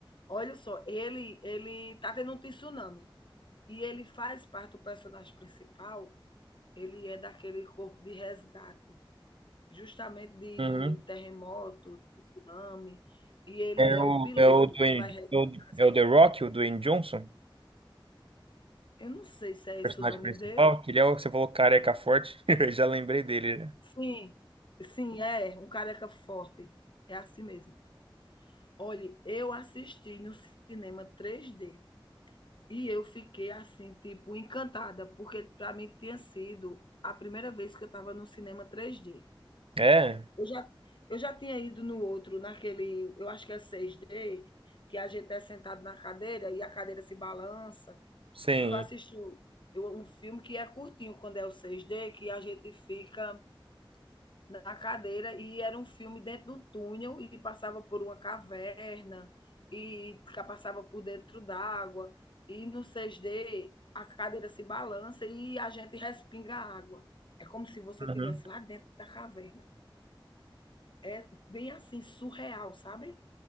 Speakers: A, on the left (about 60°); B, on the right (about 85°).
A: Olha só, ele ele tá tendo um tsunami. E ele faz parte do personagem principal, ele é daquele corpo de resgate, justamente de
B: Uhum.
A: terremoto, tsunami, e ele
B: É
A: é
B: o,
A: o piloto
B: é o Dwayne,
A: que vai resgatar
B: é o
A: as
B: é
A: pessoas.
B: o The Rock, o Dwayne Johnson, o
A: Eu não sei se é
B: personagem
A: esse o nome
B: principal,
A: dele.
B: que ele é o que você falou careca forte, <laughs> eu já lembrei dele, né?
A: Sim, sim, é, um careca forte. É assim mesmo. Olhe, eu assisti no cinema 3D e eu fiquei assim, tipo, encantada, porque para mim tinha sido a primeira vez que eu estava no cinema 3D.
B: É, é,
A: Eu já, eu já tinha ido no outro, naquele, eu acho que é 6D, que a gente é sentado na cadeira e a cadeira se balança.
B: sim.
A: E que eu assisti o- eu- um filme que é curtinho quando é o 6D, que a gente fica na cadeira e era um filme dentro de um túnel e passava por uma caverna e passava por dentro d'água e no 6D a cadeira se balança e a gente respinga a água. É como se você
B: Uhum,
A: estivesse lá dentro da caverna. É bem assim, surreal, sabe?